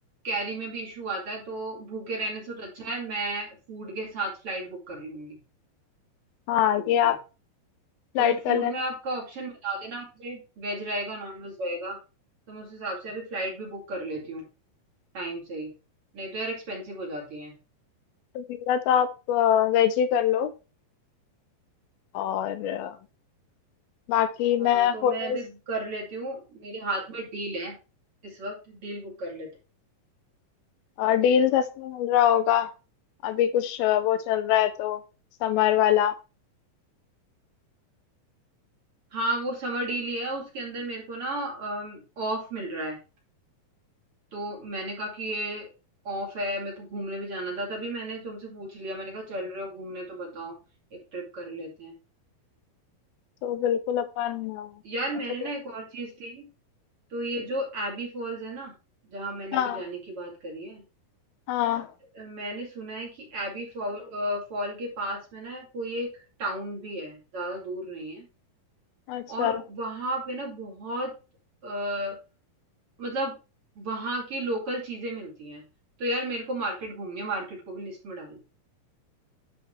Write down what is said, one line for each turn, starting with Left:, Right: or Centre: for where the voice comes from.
Right: कैरी में भी इशू आता है तो भूखे रहने से तो अच्छा है मैं फूड के साथ फ्लाइट बुक कर लूंगी
Left: हाँ
Right: ओके
Left: ये आप फ्लाइट
Right: तो फूड
Left: कर लेना
Right: में आपका ऑप्शन बता देना मुझे वेज रहेगा नॉन वेज रहेगा तो मैं उस हिसाब से अभी फ्लाइट भी बुक कर लेती हूँ टाइम से ही नहीं तो यार एक्सपेंसिव हो जाती है
Left: तो मेरा तो आप वेज ही कर लो और अ, बाकी
Right: हाँ
Left: मैं
Right: तो मैं
Left: होटल्स
Right: अभी कर लेती हूँ मेरे हाथ में डील है इस वक्त डील बुक कर लेते
Left: और डील
Right: हैं
Left: सस्ते में मिल रहा होगा अभी कुछ अ, वो चल रहा है तो समर वाला
Right: हाँ वो समर डील ही है उसके अंदर मेरे को ना ऑफ मिल रहा है तो मैंने कहा कि ये ऑफ है मेरे को घूमने भी जाना था तभी मैंने तुमसे पूछ लिया मैंने कहा चल रहे हो घूमने तो बताओ एक ट्रिप कर लेते हैं
Left: तो बिल्कुल अपन अ,
Right: यार मैंने
Left: ये तो कर-
Right: ना एक और चीज थी तो ये जो एबी फॉल्स है ना जहाँ मैंने
Left: हाँ
Right: अभी जाने की बात करी है
Left: हाँ
Right: मैंने सुना है कि एबी फॉल फॉल के पास में ना कोई एक टाउन भी है ज्यादा दूर नहीं है
Left: अच्छा
Right: और वहां पे ना बहुत आ, मतलब वहां की लोकल चीजें मिलती हैं तो यार मेरे को मार्केट घूमनी है मार्केट को भी लिस्ट में डाल